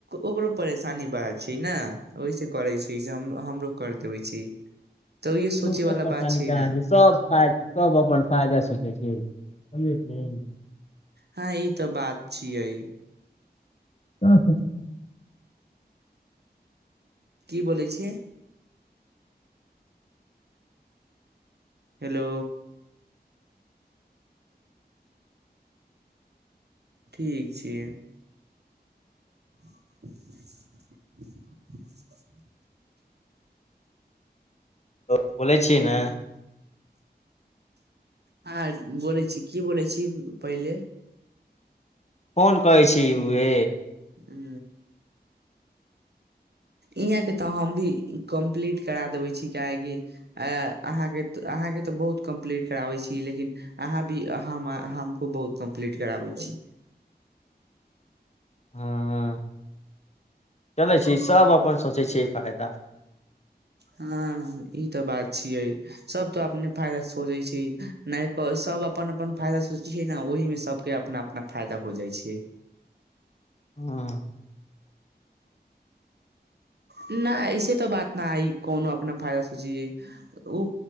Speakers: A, on the right (about 70°); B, on the left (about 40°).
A: ओकरो परेशानी बड़ा छै ने ओहिसँ करै छै से हम हमरो कर देबै छै तऽ इे सोचे
B: ई सब
A: वाला
B: परेशानी
A: बात
B: कहाँ
A: ने
B: छै सब फ सब अपन फायदा सोचै छै कलत <unintelligible>
A: हँ ई तऽ बात छियै
B: हछा
A: की बोलै छै हेलो ठीक छै <inaudible>
B: तऽ बोलय छी ना
A: हँ बोलय छी की बोलय छी पहिले
B: कोन कहै छी उहे
A: हू इहाँके तऽ हम भी कम्प्लीट करा देबैय छी काहेकि अहाँके अहाँके तऽ बहुत कम्प्लीट कराबै छी लेकिन अहाँ भी हमको बहुत कम्प्लीट कराबै छी
B: हँ चलै छी सभ अपन सोचैय छियै फायदा
A: हँ ई तऽ बात छियै सभ तऽ अपने फायदा सोचै छै नहि सभ अपन अपन फायदा सोचैय छै ने ओहिमे सभके अपना अपना फायदा हो जाइ छै
B: हँ
A: नहि ऐसे तऽ बात नइ कोनो अपना फायदा सोची ओ